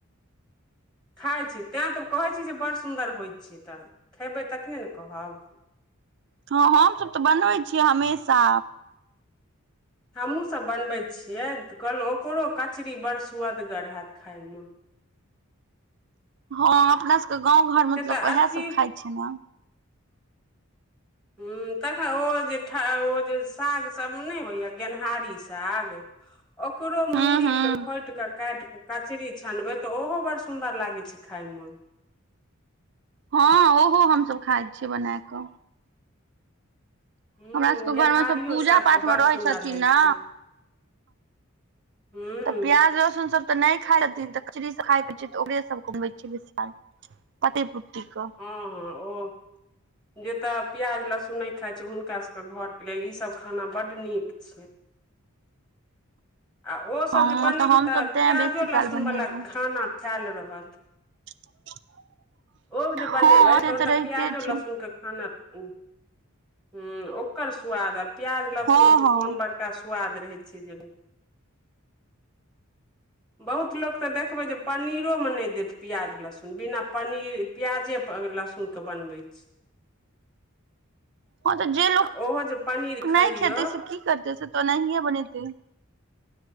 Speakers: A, in the centre; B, on the right.
A: खाइ छियै, तैं तऽ कहै छी जे बड़ सुन्दर होइ छै तऽ, खेबै तखने ने कहब।
B: हँ हमसब तऽ बनबै छियै हमेशा।
A: <inaudible> हमहुं सब बनबै छियै, तऽ कहलऊ ओकरो कचरी बड़ स्वदगर हैत खाय मऽ।
B: हँ अपना सबके गाँव घर मऽ
A: से
B: तऽ लोक
A: अथी
B: ओहै सब खाइ छै नऽ।
A: हूं तखन ओ जे ठ ओ जे साग सब मऽ नहि होइया गेनहारी स साग ओकरो मूड़ी
B: हूँ हूँ
A: कऽ खोटि कऽ काटि क कचरी छनबै तऽ ओहो बड़ सुन्दर लागय छै खाय मऽ।
B: हँ ओहो हमसब खाइ छियै बनाए कऽ।
A: ह
B: हमरा सबके
A: गेनहारियो
B: घरमे सब पूजा
A: साग
B: पाठ
A: के बड़
B: मऽ रहै
A: सुन्दर
B: छथिन नऽ
A: छै ह
B: तऽ प्याज लहसुन सब तऽ नहि खाय छथिन, तऽ कचरी सब खाय के छय, तऽ ओकरे सब होय छय बेसी काल पत्ते पुत्ती कऽ।
A: हँ- हँ ओ जेतऽ प्याज लहसुन नहि खाइ छै, हुनका सबके घरके लेल ईसब खाना बड्ड नीक छै। आ ओ सब
B: हँ
A: जे बनेबै
B: हमसभ
A: तऽ
B: तें
A: प्याजो
B: बेसी काल
A: लहसुन
B: बनेलहुँ
A: वाला खाना फैल रहत।
B: <inaudible>
A: औ जे
B: हँ
A: बनेबै
B: से
A: तऽ ओ तऽ
B: रहिते
A: प्याजो
B: छै
A: लहसुनके खाना हूं ओकर स्वाद आ प्याज लहसुन
B: हँ
A: कऽ
B: हँ
A: कोन बड़ का स्वाद रहै छै जे। बहुत लोक तऽ देखबै जे पनीरो में नहि देत प्याज लहसुन बिना पनी -र प्याजे लहसुन के बनबै छय।
B: हँ तऽ जे लोक
A: आ ओहो जे पनीर खइयौ
B: नहि खेतै से की करतै से तऽ ओनाहिए बनेतै।